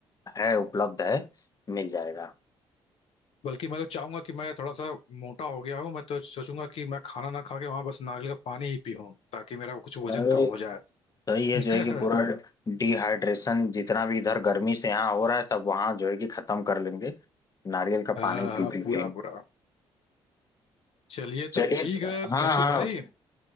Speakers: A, on the left; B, on the left.
A: है उपलब्ध है मिल जाएगा
B: बल्कि मैं तो चाहूंगा कि मैं थोड़ा सा मोटा हो गया हूँ मैं तो सोचूंगा कि मैं खाना ना खा के वहां बस नारियल का पानी ही पीऊं ताकि मेरा कुछ वजन
A: अरे
B: कम हो जाए
A: तो ये
B: <laughs>
A: जो है कि पूरा तो डिहाइड्रेशन जितना भी इधर गर्मी से यहाँ हो रहा है सब वहां जो है कि खत्म कर लेंगे नारियल का
B: हाँ
A: पानी
B: हाँ
A: पी पी
B: पूरा
A: के
B: पूरा चलिए
A: चलिए
B: तब ठीक है
A: हाँ
B: हर्षित
A: हाँ
B: भाई